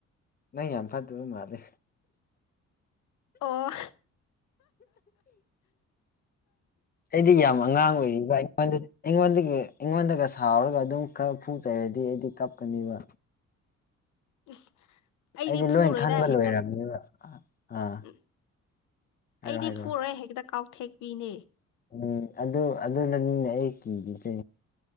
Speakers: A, on the left; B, on the left.
A: ꯅꯪ ꯌꯥꯝ ꯐꯗꯕ ꯃꯥꯂꯦ
B: ꯑꯣ
A: ꯑꯩꯗꯤ ꯌꯥꯝ ꯑꯉꯥꯡ ꯑꯣꯏꯔꯤꯕ꯭ꯔ ꯑꯩꯉꯣꯟꯗꯗꯤ ꯑꯩꯉꯣꯟꯗꯒꯤ ꯑꯩꯉꯣꯟꯗꯒ ꯁꯥꯎꯔꯒ ꯑꯗꯨꯝ ꯈꯔ ꯐꯨ ꯆꯩꯔꯗꯤ ꯑꯩꯗꯤ ꯀꯞꯀꯅꯤꯕ
B: ꯏꯁ
A: ꯑꯩꯗꯤ
B: ꯐꯨꯔꯣꯏꯗ
A: ꯂꯣꯏ ꯈꯟꯕ
B: ꯍꯦꯛꯇ
A: ꯂꯣꯏꯔꯕꯝꯅꯦꯕ ꯑꯥ
B: ꯎꯝ
A: ꯍꯥꯏꯔꯣ
B: ꯑꯩꯗꯤ
A: ꯍꯥꯏꯔꯣ
B: ꯐꯨꯔꯦ ꯍꯦꯛꯇ ꯀꯥꯎꯊꯦꯛꯄꯤꯅꯦ
A: ꯎꯝ ꯑꯗꯨ ꯑꯗꯨꯅꯅꯤꯅꯦ ꯑꯩ ꯀꯤꯈꯤꯁꯦ